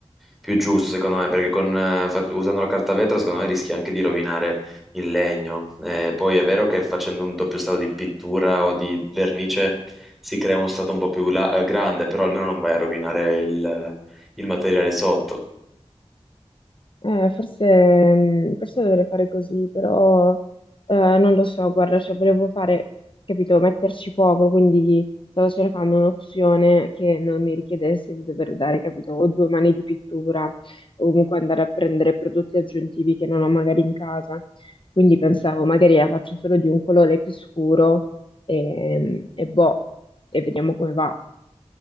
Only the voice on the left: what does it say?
Eh, forse, mm, forse dovrei fare così, però eh, non lo so, guarda, cioè volevo fare, capito, metterci poco, quindi stavo cercando un'opzione che non mi richiedesse di dover dare, capito, o due mani di pittura, o comunque andare a prendere prodotti aggiuntivi che non ho magari in casa. Quindi pensavo, magari la faccio solo di un colore più scuro e, e boh, e vediamo come va.